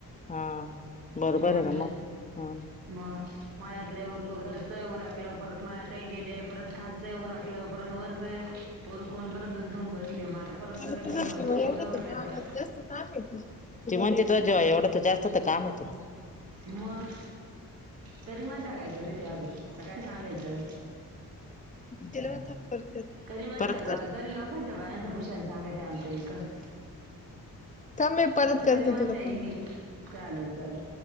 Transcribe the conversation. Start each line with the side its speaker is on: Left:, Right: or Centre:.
Left: हा बरोबर
Right: मग
Left: आहे र म हा
Right: मग माळ्यातलं उरकू घरचं ऊरखलं, परत मळ्यातही गेले, परत खालचंही ऊरखलं, परत वरच, उरकुन परतच घेऊन बसली, मग आता परत घरी
Left: एवढं
Right: जाऊन स्वयंपाक उरकायचा
Left: तर काम
Right: का?
Left: ती म्हणते तुझ्या जीवाएवढं तर जास्त तर काम तुला,
Right: मग तरी म्हणता काय करती अजून, आता काय सांगायचं,
Left: <inaudible>
Right: तरी म्हणत्या,
Left: परत करते
Right: तरी लोकांच्या बायांच भुषण सांगात्या आमचं इथं,
Left: ह मी परत
Right: त- तरी
Left: करते
Right: म्हणत्या
Left: तुला
Right: इनी चालेल चालेल